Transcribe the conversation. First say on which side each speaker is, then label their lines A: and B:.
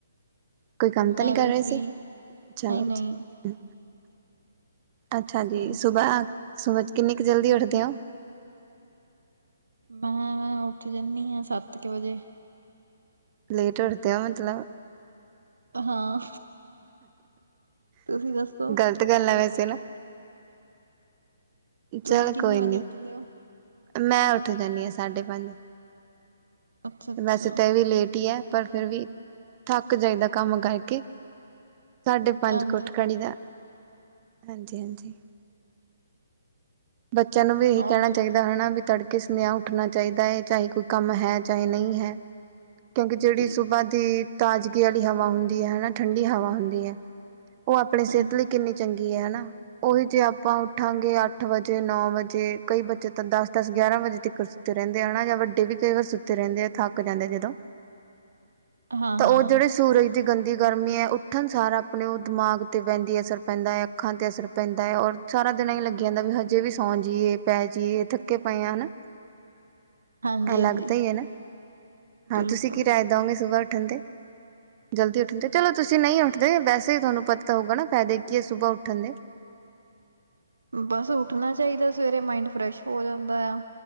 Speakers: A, on the right; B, on the right.
A: ਕੋਈ ਕੰਮ ਤਾਂ
B: ਮੈਂ
A: ਨਹੀਂ ਕਰ
B: ਵੀ
A: ਰਹੇ
B: ਫ੍ਰੀ,
A: ਸੀ, ਚਲੋ
B: ਨਹੀਂ-ਨਹੀਂ
A: ਜੀ ਅੱਛਾ ਜੀ
B: ਹਾਂਜੀ।
A: ਸੁਬਾਹ ਸੁਬ ਚ ਕਿੰਨੀ ਕ ਜਲਦੀ ਉੱਠਦੇ ਹੋ
B: ਮੈਂ ਉੱਠ ਜਾਣੀ ਆ ਸੱਤ ਕ ਵਜੇ
A: ਲੇਟ ਉੱਠਦੇ ਆ ਮਤਲਬ
B: ਹਾਂ ਤੁਸੀਂ ਦੱਸੋ?
A: ਗ਼ਲਤ ਗੱਲ ਆ ਵੈਸੇ ਨਾ
B: ਤੁਸੀਂ
A: ਚਲ
B: ਕਿੰਨੇ
A: ਕੋਈ ਨੀ
B: ਵਜੇ ਉੱਠਦੇ ਹੋ?
A: ਮੈਂ ਉੱਠ ਜਾਂਦੀ ਆ ਸਾਢੇ ਪੰਜ
B: ਅੱਛਾ-ਅੱਛਾ,
A: ਵੈਸੇ ਤਾਂ ਇਹ ਵੀ ਲੇਟ ਹੀ ਏ ਪਰ ਫਿਰ ਵੀ ਥੱਕ ਜਾਈਦਾ ਕੰਮ ਕਰਕੇ ਸਾਢੇ ਪੰਜ
B: ਹਾਂਜੀ-ਹਾਂਜੀ
A: ਕੁ ਉੱਠ ਖੜੀ ਦਾ, ਹਾਂਜੀ ਹਾਂਜੀ। ਬੱਚਿਆਂ ਨੂੰ ਵੀ ਇਹੀ
B: ਔਰ
A: ਕਹਿਣਾ ਚਾਹੀ ਜਿੱਦਾਂ ਹਨਾ ਵੀ ਤੜਕੇ ਸੁਨੇਹਾ ਉਠਣਾ ਚਾਹੀਦਾ ਐ, ਚਾਹੇ ਕੋਈ ਕੰਮ ਹੈ, ਚਾਹੇ ਨਹੀ ਹੈ। ਕਿਉਂਕਿ ਜਿਹੜੀ
B: ਬਿਲਕੁਲ
A: ਸੁਬਾਹ ਦੀ ਤਾਜ਼ਗੀ ਵਾਲੀ ਹਵਾ ਹੁੰਦੀ ਹੈ ਹਨਾ, ਠੰਡੀ ਹਵਾ ਹੁੰਦੀ ਐ। ਉਹ ਆਪਣੀ ਸਿਹਤ
B: ਹਾਂਜੀ।
A: ਲਈ ਕਿੰਨੀ ਚੰਗੀ ਐ ਹਨਾ, ਉਹੀ ਜੇ ਆਪਾਂ ਉਠਾਂਗੇ ਅੱ ਅੱਠ ਵਜੇ ਨੋ ਵਜੇ ਕਈ ਬੱਚੇ ਤਾਂ ਦਸ-ਦਸ ਗਿਆਰਾਂ ਵਜੇ ਤੱਕ ਸੁੱਤੇ ਰਹਿੰਦੇ ਆ, ਹਨਾ ਜਾਂ ਵੱਡੇ ਵੀ ਕਈ ਵਾਰ ਸੁੱਤੇ ਰਹਿੰਦੇ ਆ ਥੱਕ ਜਾਂਦੇ ਆ ਜਦੋਂ
B: ਹਾਂ-ਹਾਂ,
A: ਤਾਂ ਉਹ ਜਿਹੜੇ ਸੂਰਜ ਇੰਨੀ ਗੰਦੀ ਗਰਮੀ ਏ ਉੱਠਣ ਸਾਰਾ ਆਪਣੇ ਉਹ ਦਿਮਾਗ 'ਤੇ ਵਹਿੰਦੀ ਏ ਅਸਰ ਪੈਂਦਾ ਏ ਅੱਖਾਂ 'ਤੇ ਅਸਰ ਪੈਂਦਾ ਏ ਔਰ ਸਾਰਾ ਦਿਨ ਐਈ ਲੱਗੀ ਜਾਂਦਾ ਵੀ ਹਜੇ ਵੀ ਸੌਂ ਜੀਏ ਪੈ ਜੀਏ ਥੱਕੇ ਪਏ ਆ ਹਨਾ
B: ਹਾਂਜੀ-ਹਾਂਜੀ
A: ਅਲੱਗ ਤੋ ਹੀ ਹੈ ਨਾ ਹਾਂ
B: ਬਿਲਕੁਲ।
A: ਤੁਸੀਂ ਕਿ ਰਾਏ ਦਓਗੇ ਸੁਬਾਹ ਉੱਠਣ ਤੇ ਜਲਦੀ ਉੱਠਣ ਤੇ ਚਲੋ ਤੁਸੀਂ ਨਹੀਂ ਉੱਠਦੇ ਵੈਸੇ ਹੀ ਤੁਹਾਨੂੰ ਪਤਾ ਹੋਊਗਾ ਨਾ ਫਾਇਦੇ ਕੀ ਏ ਸੁਬਾਹ ਉੱਠਣ ਦੇ
B: ਬਸ ਉੱਠਣਾ ਚਾਹੀਦਾ ਸਵੇਰੇ ਮਾਇੰਡ ਫਰੈਸ਼ ਹੋ ਜਾਂਦਾ ਏ ਆ